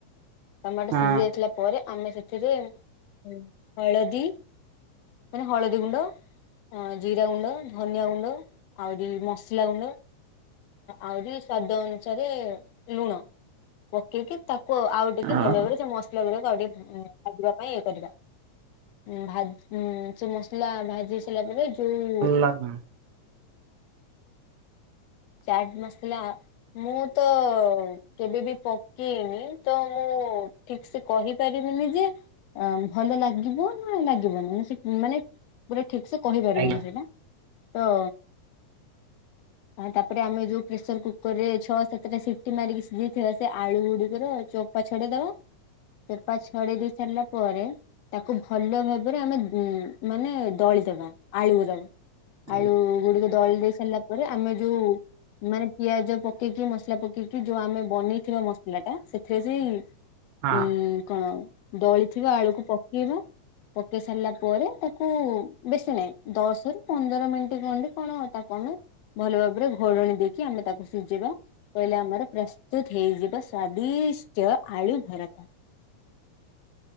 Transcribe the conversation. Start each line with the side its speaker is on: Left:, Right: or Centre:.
Left: ଟମାଟୋ
Right: ହଁ।
Left: ସିଜି ଯାଇଥିଲା ପରେ ଆମେ ସେଥିରେ ହଳଦୀ ମାନେ ହଳଦୀ ଗୁଣ୍ଡ ଅଁ- ଜିରା ଗୁଣ୍ଡ, ଧନିଆ ଗୁଣ୍ଡ, ଆହୁରି ମସଲା ଗୁଣ୍ଡ ଆହୁରି ସ୍ଵାଦ ଅନୁସାରେ ଲୁଣ ପକେଇକି ତାକୁ ଆଉ ଟିକେ
Right: ଓହୋ
Left: ଭଲ ଭାବରେ ସେ ମସଲା ଗୁଡାକ ଆଉ ଟିକେ ଭାଜିବା ପାଇଁ ଇଏ କରିବା ଉଁ-ଭାଜି ହୁଁ ସେ ମସଲା ଭାଜି ହେଇସାରିଲା ପରେ ଯଉ
Right: ହଁ- ହଁ।
Left: ଚାଟ୍ ମସଲା ମୁଁ ତ କେବେବି ପକେଇନି ତ ମୁଁ ଠିକ୍ ସେ କହି ପାରିବିନି ଯେ ଅ- ଭଲ ଲାଗିବ ନା ଲାଗିବନି ମାନେ ସେ ମାନେ ପୁରା ଠିକ୍ ସେ କହିପାରିବିନି
Right: ଆଜ୍ଞା
Left: ସେଇଟା ତ ଆଉ ତାପରେ ଆମେ ଯଉ ପ୍ରେସର୍ କୁକର୍ ରେ ଛଅ ସାତଟା ସିଟି ମାରିକି ସିଝେଇଥିବା ସେ ଆଳୁ ଗୁଡିକର ଚୋ ଚୋପା ଛଡେଇଦବା ଚୋପା ଛଡେଇ ଦେଇ ସାରିଲା ପରେ ତାକୁ ଭଲ ଭାବରେ ଆମେ ଉଁ -ମାନେ ଦଳିଦବା ଆଳୁରା।
Right: ଆଜ୍ଞା
Left: ଆଳୁ ଗୁଡିକ ଦଳି ଦେଇ ସାରିଲା ପରେ ଆମେ ଯଉ ମାନେ ପିଆଜ ପକେଇକି ମସଲା ପକେଇକି ଯଉ ଆମେ ବନେଇଥିବା ମସଲା ଟା ସେଥିରେ ସେ
Right: ହଁ।
Left: ଉଁ କଣ ଦଳିଥିବା ଆଳୁକୁ ପକେଇବା ପକେଇ ସାରିଲା ପରେ, ତାକୁ ବେଶୀ ନାହିଁ ଦଶରୁ ପନ୍ଦର ମିନିଟ୍ ଖଣ୍ଡେ କଣ ତାକୁ ଆମେ ଭଲ ଭାବରେ ଘୋଡ଼ଣି ଦେଇକି ଆମେ ତାକୁ ସିଝେଇବା। କହିଲେ ଆମର ପ୍ରସ୍ତୁତ ହେଇଯିବ ସ୍ଵାଦିଷ୍ଟ ଆଳୁ ଭରତା।